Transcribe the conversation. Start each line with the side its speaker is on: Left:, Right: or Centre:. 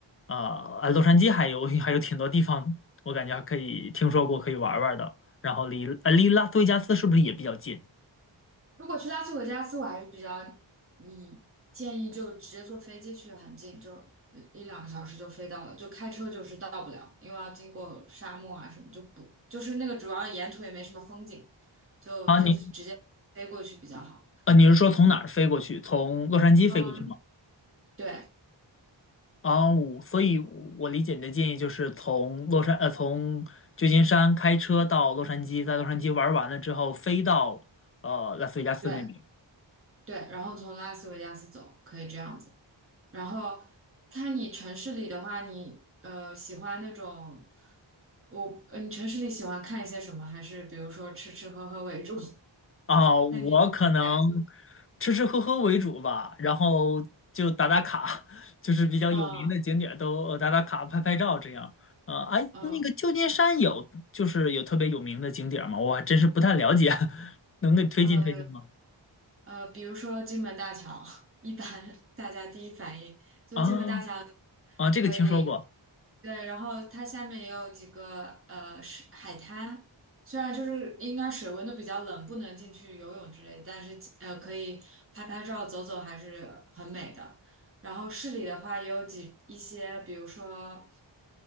Left: 啊、呃，洛杉矶还有 <laughs> 还有挺多地方，我感觉还可以听说过可以玩儿玩儿的，然后离呃离拉斯维加斯是不是也比较近？
Right: 如果去拉斯维加斯，我还是比较你建议就直接坐飞机去，很近，就一一两个小时就飞到了，就开车就是到不了，因为要经过沙漠啊什么，就不就是那个主要沿途也没什么风景，就坐直接飞过去比较好。
Left: 啊，你啊，你是说从哪儿飞过去？从洛杉矶飞过去吗？
Right: 嗯，对
Left: 啊，我所以我，理解你的建议就是从洛杉，呃，从旧金山开车到洛杉矶，在洛杉矶玩完了之后，飞到呃拉斯维加斯那边。
Right: 对。对，然后从拉斯维加斯走，可以这样子。然后看你城市里的话，你呃喜欢那种，我呃你城市里喜欢看一些什么？还是比如说吃吃喝喝为主？<laughs>
Left: 啊，我可能
Right: 看你感，
Left: 吃吃喝喝为主吧，然后就打打卡，<laughs> 就是比较有名的景点儿都呃打打卡、
Right: 嗯
Left: 拍拍照这样。啊，哎，
Right: 嗯
Left: 那个旧金山有就是有特别有名的景点儿吗？我还真是不太了解，<laughs> 能给推荐推荐吗？
Right: 呃，呃，比如说金门大桥，<laughs> 一般大家第一反应就金门大桥
Left: 啊。啊，这个听说过
Right: 可以，对，然后它下面也有几个呃是海滩，虽然就是应该水温都比较冷，不能进去游泳之类，但是呃可以拍拍照、走走还是很美的。然后市里的话也有几一些，比如说。